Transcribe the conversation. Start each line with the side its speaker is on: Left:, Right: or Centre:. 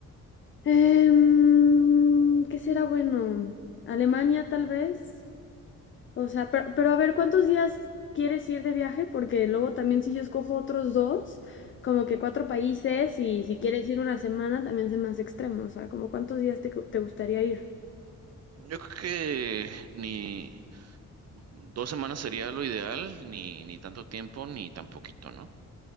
Left: Em, ¿qué será bueno? Alemania tal vez. O sea, pero, pero a ver, ¿cuántos días quieres ir de viaje? Porque luego también si yo escojo otros dos, como que cuatro países y si quieres ir una semana también se me hace extremo. O sea, como cuántos días te, te gustaría ir?
Right: Yo creo que ni dos semanas sería lo ideal, ni, ni tanto tiempo, ni tan poquito, ¿no?